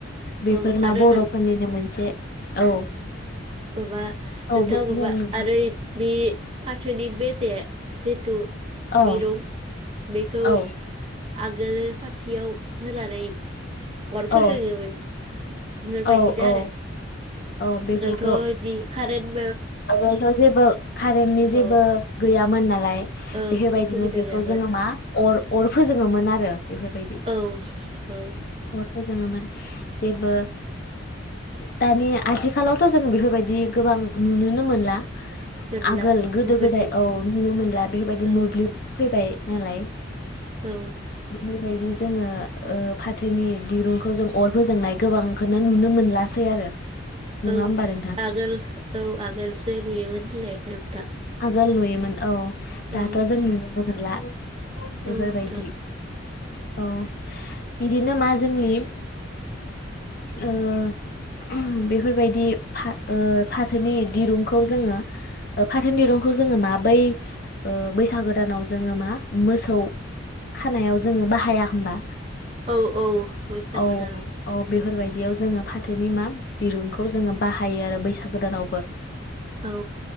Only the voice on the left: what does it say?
बेफोर
मा
बरफोरनिनो
मोन बे औ
औ
बुं
नोंथां
औ
औ
औ
औ औ
औ बेफोर
आगोलथ' जेबो कारेन्टनि जेबो
गैया मोन ना लाय
बेफोरबायदिनो
बेखौ
जोङो मा अर अर फोजोङोमोन आरो बेफोरबायदि
अर फोजोङोमोन जेबो दानि आथिखालावथ' जों बेफोरबायदि गोबां नुनोनो मोनला
आगोल गोदो
गोदाय औ नुनो मोनला बेफोरबायदि
मोब्लिब फैबाय नालाय
बेफोरबायदि जोङो ओ फाथोनि दिरुंखौ जों अर फोजोंनाय गोबांखौनो नुनो मोनलासै आरो नङा
होमबा नोंथां
आगोल नुयोमोन औ दाथ'
जों नुनोनो मोनला। <inaudible>
बेफोरबायदि औ बिदिनो मा जोंनि ओ <unintelligible> बेफोरबायदि फा ओ फाथोनि दिरुंखौ जोङो ओफ फाथोनि दिरुंखौ जोङो मा बै ओ बैसागो दानाव जोङो मा मोसौ खानायाव जोङो बाहाया होमबा
औ
औ बेफोरबायदियाव जोङो फाथोनि मा दिरुंखौ जोङो बाहायो आरो बैसागोदानावबो